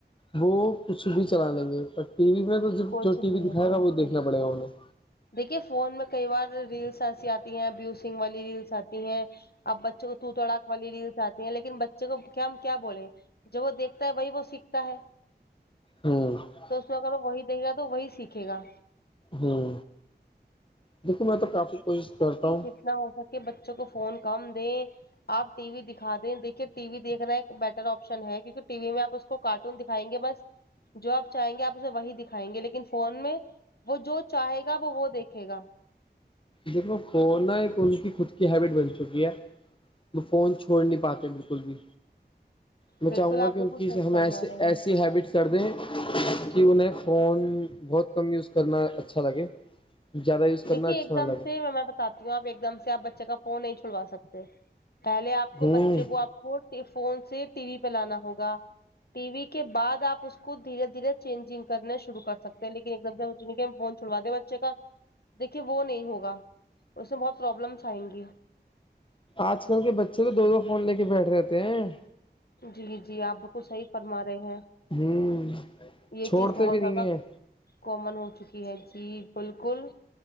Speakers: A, on the left (about 30°); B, on the left (about 60°).
A: وہ کچھ بھی چلا لیں گے ٹی وی میں تو
B: کچھ
A: جو ٹی
B: دیر
A: وی دکھائے
B: تک
A: گا وہ دیکھنا پڑے گا انہیں
B: دیکھیے فون میں کئی بار ریلس ایسی آتی ہیں بوسنگ والی ریلس آتی ہیں اب بچوں کو توو توڑاک والی ریلس آتی ہیں لیکن بچے کو کیا ہم کیا بولے جب وہ دیکتا ہے وہی وہ سیکھتا ہے
A: ہ ہ
B: تو اس میں اگر وہی دیکے گا تو وہی سیکھے گا
A: ہوں دیکھو میں تو کافی کوشش کرتا ہوں
B: نہ ہو سکے بچوں کو فون کم دے آپ ٹی وی دکھا دیں دیکھیے ٹی وی دیکھنا ایک بیٹر آپشن ہے کیہ ٹی وی میں آپ اس کو کارٹون دکھائیں گے بس جو آپ چاہیں گے آپ اسے وہی دکھائیں گے لیکن فون میں وہ جو چاہے گا وہ وہ دیکھے گا
A: دیکھو کنا ایک ان کی خود کی ہیبٹ بن چکی ہے میں فون چھوڑ نہیں پاتے بالکل بھی میں
B: بالکل
A: چاہوں
B: آپ
A: گا
B: بالکل
A: کہ ان کی
B: صحیح
A: ہم
B: فرما
A: ایے
B: رہے
A: ایسی
B: ہیں
A: ہیبٹس کر دیں کہ انہیں فون بہت کم یوز کرنا اچھا لگے زیادہ یوز کرنا
B: دیکھیے ایک دم
A: نہ لگے
B: سے میں بتاتی ہوں آپ ایک دم سے آپ بچے کا فون نہیں چھلوا سکتے پہلے آپ کو
A: ہوں
B: بچے کو آپ کو فون سے ٹی وی پہ لانا ہوگا ٹی وی کے بعد آپ اس کو دھیرے دھیرے چینجنگ کرنے شرو کر سکتے ہیں لیکن ایک دم سے ج ہم فون چھوڑو دیں بچے کا دیکھیے وہ نہیں ہوگا اس میں بہت پرابلمس آئیں گی
A: آج کل کے بچے تو دو دو فون لے کے بیٹھ رہےتے ہیں
B: جی جی آپ صحیح فرما رہے ہیں
A: ہوں
B: یہ
A: چھوڑتے
B: چیز بہت
A: بھی
B: زیادہ
A: نہیں ہیں
B: کومن ہو چکی ہے جی بالکل